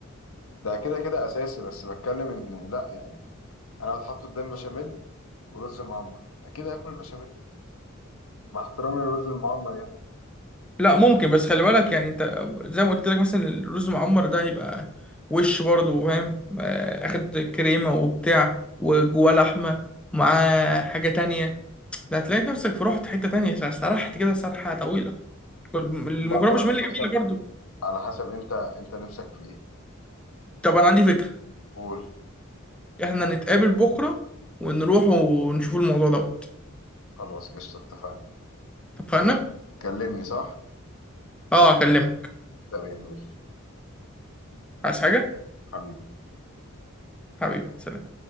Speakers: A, on the left (about 85°); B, in the centre.
A: ده كده كده اساسي بس بتكلم ان لا يعني انا لو اتحط قدام بشاميل ورز معمر اكيد هاكل البشاميل مع احترامي للرز المعمر يعني
B: لا ممكن بس خلي بالك يعني انت زي ما قلت لك مثلا الرز معمر ده هيبقى وش برضه فاهم آه، اخد كريمه وبتاع وجواه لحمه مع حاجه تانية ده هتلاقي نفسك في رحت حته تانية سرحت كده سرحه طويله المكرونه
A: ممكن برضه
B: بشاميل
A: على حسب
B: جميله برضه
A: على حسب انت انت نفسك في ايه
B: طب انا عندي فكره
A: قول
B: احنا نتقابل بكره ونروح ونشوف الموضوع دوت
A: خلاص قشطة اتفقنا
B: اتفقنا
A: كلمني صح
B: اه اكلمك
A: تمام ماشي
B: عايز حاجه
A: حبيبي
B: حبيبي سلام